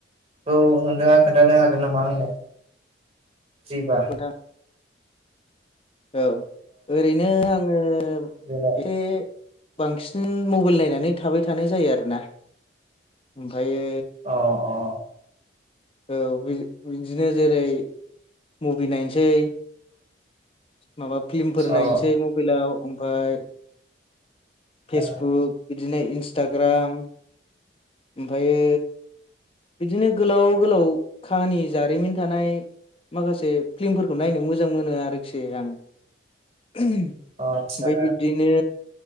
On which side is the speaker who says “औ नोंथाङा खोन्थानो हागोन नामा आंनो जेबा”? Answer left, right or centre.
Right